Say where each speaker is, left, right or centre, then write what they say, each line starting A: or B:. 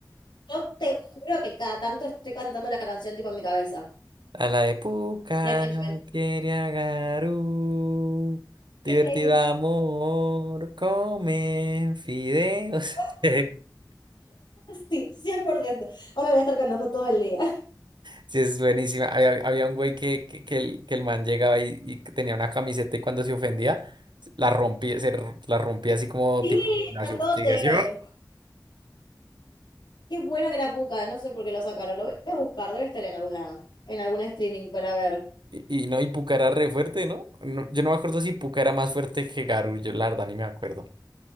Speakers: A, on the left; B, on the right.
A: Yo te juro que cada tanto estoy cantando la canción tipo en mi cabeza.
B: A la de Puka
A: En este momento.
B: quiere a Garu, divertido
A: Increíble.
B: amor, comen fideos.
A: <laughs>
B: <laughs>
A: Sí, 100%. Ahora voy a estar cantando todo el día.
B: Sí, es buenísima. Había, había un güey que, que, que el, que el man llegaba y, y que tenía una camiseta y cuando se ofendía, la rompía, se r- la rompía así como
A: Sí,
B: tipo gimnasio.
A: grandote.
B: Sí, así,
A: Qué bueno que era Puka, no sé por qué lo sacaron. Lo voy a buscar, debe estar en alguna, en algún streaming para ver.
B: Y, y no, y Pucará re fuerte, ¿no? No, Yo no me acuerdo si Pucará era más fuerte que Garú, yo la verdad ni me acuerdo.